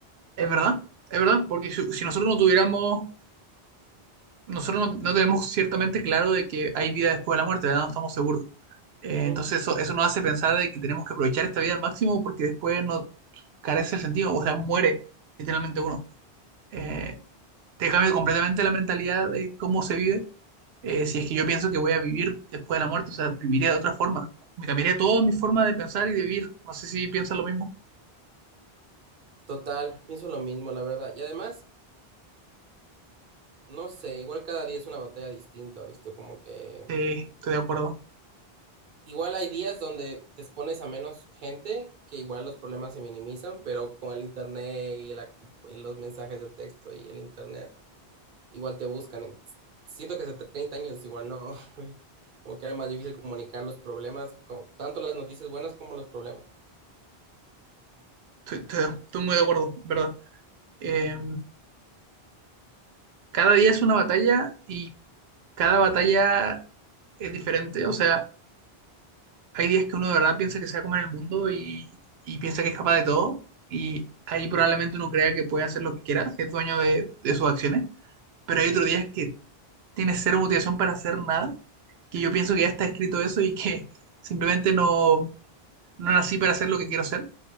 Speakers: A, on the right; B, on the right.
A: es verdad, es verdad, porque si, si nosotros no tuviéramos, nosotros no, no tenemos ciertamente claro de que hay vida después de la muerte, ¿verdad? no estamos seguros. Eh,
B: Ujú.
A: entonces eso, eso nos hace pensar de que tenemos que aprovechar esta vida al máximo porque después no carece el sentido, o sea, muere literalmente uno. Eh, te cambia completamente la mentalidad de cómo se vive. eh, si es que yo pienso que voy a vivir después de la muerte, o sea, viviría de otra forma. Me cambiaría toda mi forma de pensar y de vivir. No sé si piensas lo mismo.
B: Total, pienso lo mismo, la verdad. Y además, no sé, igual cada día es una batalla distinta, ¿viste? Como que
A: Eh, estoy de acuerdo.
B: igual hay días donde te expones a menos gente, que igual los problemas se minimizan, pero con el internet y, la- y los mensajes de texto y el internet. igual te buscan. en- Siento que hace 30 años igual no, <laughs> uy, como que era más difícil comunicar los problemas, co- tanto las noticias buenas como los problemas.
A: Estoy, estoy- estoy muy de acuerdo, ¿verdad? Eh, cada día es una batalla y cada batalla es diferente. O sea, hay días que uno de verdad piensa que se va a comer el mundo y, y piensa que es capaz de todo. Y ahí probablemente uno crea que puede hacer lo que quiera, que es dueño de, de sus acciones. Pero hay otros días que tiene cero motivación para hacer nada, que yo pienso que ya está escrito eso y que simplemente no, no nací para hacer lo que quiero hacer,